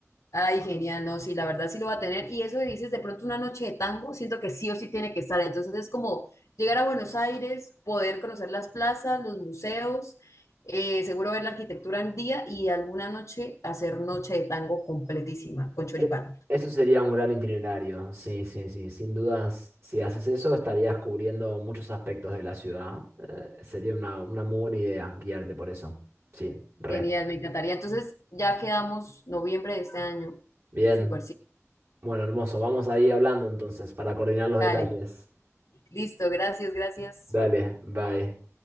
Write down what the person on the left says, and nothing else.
Ay, genial, no, sí, la verdad sí lo va a tener. Y eso que dices, de pronto una noche de tango, siento que sí o sí tiene que estar. Entonces es como llegar a Buenos Aires, poder conocer las plazas, los museos, eh, seguro ver la arquitectura en día y alguna noche hacer noche de tango completísima con choripán.
Genial, me encantaría. Entonces ya quedamos noviembre de este año.
Súper, sí.
Dale. Listo, gracias, gracias.